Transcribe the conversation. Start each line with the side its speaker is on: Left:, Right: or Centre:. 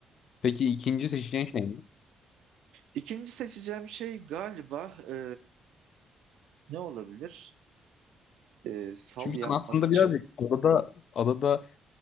Left: Peki ikinci seçeceğin şey ne?
Right: İkinci seçeceğim şey galiba e, ne olabilir? E, sal
Left: Çünkü
Right: yapmak
Left: sen aslında
Right: için.
Left: birazcık adada adada